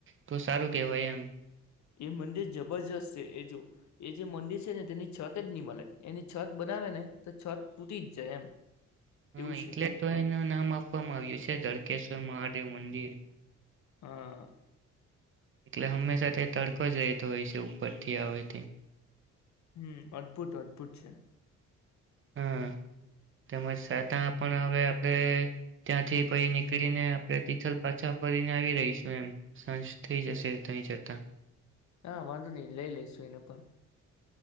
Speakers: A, on the right; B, on the left.
A: તો સારું કેહેવાય એમ.
B: એ મંદિર જબરજસ્ત છે. એ જો એ જે મંદિર છે ને તેની છત જ ની મળે. એની છત બનાવે ને તો છત તૂટી જ જાય એમ.
A: હા
B: એવું છે
A: એટલે તો એનું નામ આપવામાં આવ્યું છે ધળકેશ્વર મહા દેવ મંદિર.
B: હા.
A: એટલે હંમેશા તે તડકો જ રહેતો હોય છે. ઉપરથી આવે તે.
B: હમ્મ અદ્ભુત અદ્ભુત છે.
A: હા તેમજ સતા પણ હવે આપણે ત્યાંથી પઈ નીકળીને આપણે તિથલ પાછા ફરીને આવી રહીશું એમ સાંજ થઈ જશે થઈ જતા.
B: હા વાંધો નહી લઈ લઈશું એને પણ.